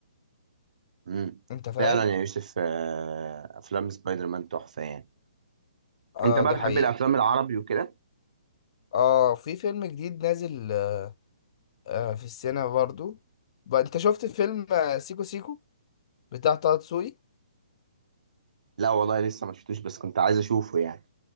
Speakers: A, on the right (about 70°); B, on the left (about 45°).
A: امم
B: انت فاهم
A: فعلا يا يوسف آه، افلام سبايدر مان تحفه يعني
B: اه
A: انت بقى
B: دي
A: بتحب
B: حقيقة
A: الافلام العربي وكده
B: اه في فيلم جديد نازل آه آه، في السينما برضو بقى انت شفت فيلم آه، سيكو سيكو بتاع طه دسوقي
A: لا والله لسه ما شفتوش بس كنت عايز اشوفه يعني